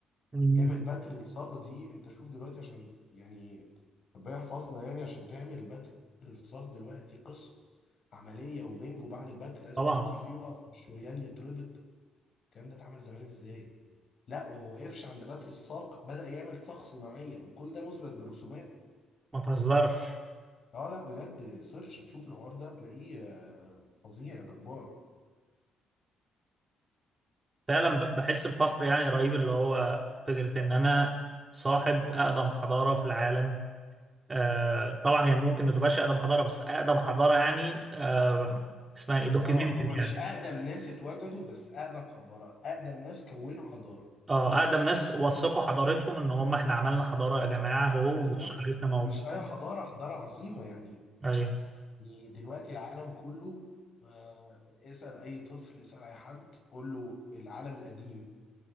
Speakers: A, on the right (about 25°); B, on the left (about 55°).
A: مم.
B: يعمل بتر الصاج دي انت شوف دلوقتي عشان يعني ربنا يحفظنا يعني عشان تعمل بتر الصاج دلوقتي قصة عملية وبنج وبعد البتر لازم
A: طبعا
B: النسيف يقف والشريان يتربط الكلام ده اتعمل زمان ازاي؟ لا وما وقفش عند بتر الساق بدأ يعمل ساق صناعية وكل ده مثبت برسومات
A: ما تهزرش
B: اه لا بجد سيرش تشوف الحوار ده هتلاقيه آه، فظيع يا جبار
A: فعلا ب- بحس بفخر يعني رهيب اللي هو فكرة إن أنا صاحب أقدم حضارة في العالم آه طبعا هي ممكن ما تبقاش أقدم حضارة بس أقدم حضارة يعني آه اسمها إيه دوكيومنتد
B: اه هما مش
A: يعني
B: اقدم ناس اتوجدوا بس اقدم حضارة اقدم ناس كونوا حضارة
A: اه أقدم ناس وثقوا حضارتهم إن هم إحنا عملنا حضارة يا جماعة أهو
B: بالظبط
A: بصوا حاجتنا
B: ومش
A: موجودة
B: اي حضاره حضاره عظيمه يعني
A: أيوه
B: يعني دلوقتي العالم كله آه، اسال اي طفل اسال اي حد قول له العالم القديم